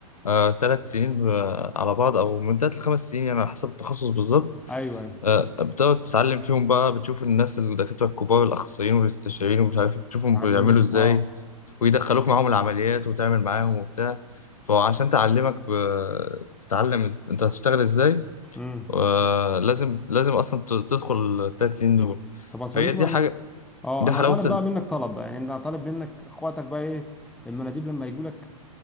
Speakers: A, on the left; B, in the centre.
A: آه، تلات سنين آه، على بعض او من تلات لخمس سنين يعني على حسب التخصص بالظبط
B: ايوه ايوه
A: آه، بتقعد تتعلم فيهم بقى بتشوف الناس الدكاترة الكبار الأخصائيين والاستشاريين ومش عارف بتشوفهم
B: اتعلم
A: بيعملوا
B: منهم
A: ازاي
B: اه
A: ويدخلوك معاهم العمليات وتعمل معاهم وبتاع فعشان تعلمك آه، تتعلم انت هتشتغل ازاي
B: امم
A: آه، لازم لازم اصلا ت- تدخل التلات سنين دول
B: طب يا صديقي
A: فهي دي
B: بقى
A: حاجة
B: بص اه
A: دي
B: انا
A: حلاوة
B: طالب
A: ال...
B: بقى منك طلب بقى يعني انا طالب منك اخواتك بقى ايه المناديب لما يجوا لك